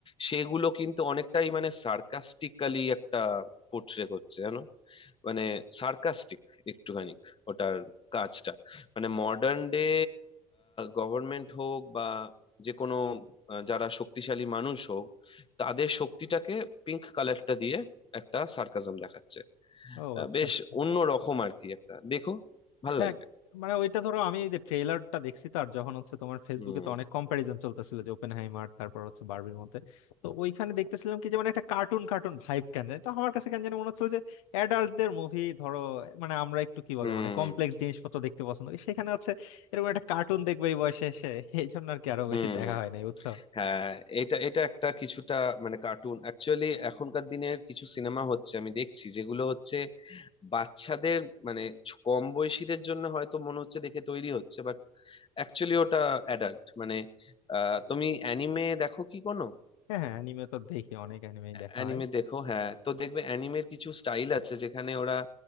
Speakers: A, on the left; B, on the left.
A: সেগুলো কিন্তু অনেকটাই মানে সার্কাস্টিক্যালি একটা পোর্ট্রে করছে জানো মানে সার্কাস্টিক একটুখানি ওটার কাজটা মানে মডার্ন ডে গভর্নমেন্ট হোক বা যে কোনো আহ, যারা শক্তিশালী মানুষ হোক তাদের শক্তিটাকে পিঙ্ক কালারটা দিয়ে একটা সার্কাজম দেখাচ্ছে
B: ও
A: আহ,
B: আচ্ছা
A: বেশ
B: আচ্ছা
A: অন্য রকম আর কি একটা দেখো ভাল
B: হ্যাঁ
A: লাগবে
B: মানে ওইটা ধরো আমি এই যে ট্রেলারটা দেখছি তার যখন হচ্ছে তোমার ফেসবুকে
A: হুম
B: তো অনেক কম্প্যারিজন চলতেছিল যে ওপেনহাইমার তারপর হচ্ছে বার্বির মধ্যে তো ওইখানে দেখতেছিলাম কি যে মানে একটা কার্টুন কার্টুন ভাইব কেন জানি তো আমার কাছে কেন জানি মনে হচ্ছিল যে অ্যাডাল্টদের মুভি ধরো মানে আমরা একটু কি
A: হুম
B: বলে মানে কমপ্লেক্স জিনিসপত্র দেখতে পছন্দ করি সেখানে হচ্ছে এরকম একটা কার্টুন দেখবো এই বয়সে এসে এই জন্য আর কি আরো
A: হুম
B: বেশি দেখা হয় নাই বুঝছো
A: হ্যাঁ এটা এটা একটা কিছুটা মানে কার্টুন অ্যাকচুয়ালি এখনকার দিনের কিছু সিনেমা হচ্ছে আমি দেখছি যেগুলো হচ্ছে বাচ্চাদের মানে ছ- কম বয়সীদের জন্য হয়তো মনে হচ্ছে দেখে তৈরি হচ্ছে বাট অ্যাকচুয়ালি ওটা অ্যাডাল্ট মানে আহ তুমি অ্যানিমে দেখো কি কোনো
B: হ্যাঁ হ্যাঁ অ্যানিমে তো দেখি অনেক অ্যানিমেই দেখা
A: অ্যানিমে
B: হয়
A: দেখো হ্যাঁ তো দেখবে অ্যানিমের কিছু স্টাইল আছে যেখানে ওরা